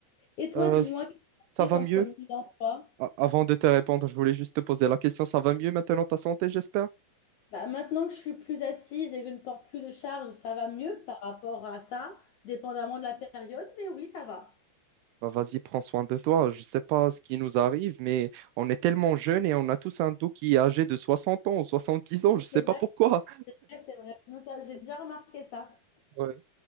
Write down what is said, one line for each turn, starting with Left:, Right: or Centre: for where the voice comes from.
Left: Et toi,
Right: Euh,
Left: dis-moi,
Right: s-
Left: qu'est-ce que
Right: ça
Left: tu as fait
Right: va
Left: comme
Right: mieux?
Left: premier emploi?
Right: A- Avant de te répondre, je voulais juste te poser la question. Ça va mieux maintenant ta santé, j'espère?
Left: Bah, maintenant que je suis plus assise et que je ne porte plus de charge, ça va mieux par rapport à ça, dépendamment de la période, mais oui, ça va.
Right: Bah, vas-y, prends soin de toi. Je sais pas ce qui nous arrive, mais on est tellement jeunes et on a tous un dos qui est âgé de 60 ans ou 70 ans. Je sais
Left: C'est vrai,
Right: pas pourquoi.
Left: ouais, c'est vrai. Je note- J'ai déjà remarqué ça.
Right: Ouais.